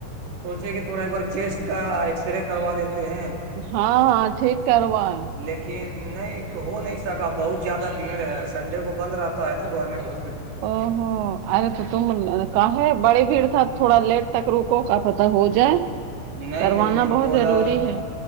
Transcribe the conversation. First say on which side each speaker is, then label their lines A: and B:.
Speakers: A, on the right; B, on the right.
A: سوچے کہ تھوڑا ایک بار چیسٹ کا ایکس رے کروا لیتے ہیں
B: ہاں ہاں ٹھیک کروائے
A: لیکن کہ نہیں ہو نہیں سکا بہت زیادہ بھیڑ ہے سنڈے کو بند رہتا ہے نا گورنمنٹ ہو
B: او ہو ارے تو تم کہے بڑی بھیڑ تھا تھوڑا لیٹ تک روکو کا پت ہو جائے
A: نہیں
B: کروانا
A: نہیں نہیں وہ
B: بہت
A: بولا
B: ضروری ہے